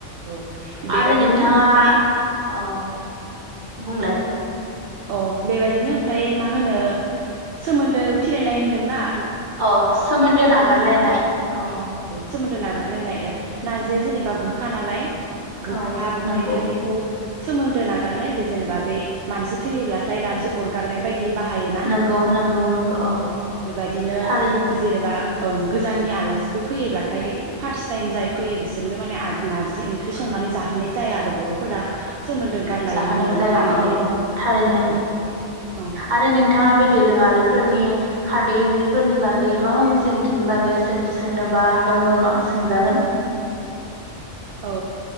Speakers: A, on the right (about 60°); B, on the right (about 40°).
A: औ बेबायदिनो
B: आरो नोंथाङा
A: ओमफ्राय
B: अ बुंलाय
A: अ बेबादिनो ओमफ्राय मा होनो सोमोन्दो फिरायनाय होनदोंना?
B: अ सोमोन्दो नागारलायनाय अ
A: सोमोनदो नागारलायनाय ओ नारजिया
B: उम
A: जेनेबा गो खा नालाय
B: औ
A: गोखा बेखायनो
B: नंगौ
A: बेखौ सोमोन्दो नागारनाय बे जेनेबा बे मानसि थैयोब्लाथाय नारजि अरगारनाय बाय बिदि बाहायोना।
B: नंगौ नंगौ नंगौ अ
A: औ बेबायदिनो
B: थारैनो
A: जेनेबा औ गोजाननि आलासि बेफोर फैयोब्लाथाय फार्स्ट टाइम जाय फैयो बिसोरनो माने नारजि ओंख्रि संनानै जाहोनाय जाया आरो बर'फोरा। सोमोन्दो गारलायो
B: जाहोनाय
A: होननानै
B: जाया
A: मानियो
B: औ थारैनो
A: आरो औ औ
B: आरो नोंथाङा बे दोरोङारिफोरनि खारदै ओंख्रिफोरनि बागै माबा मासे सोंंथिनि बागै सोंथि सोंनोबा दङ मा सोंजागोन।
A: औ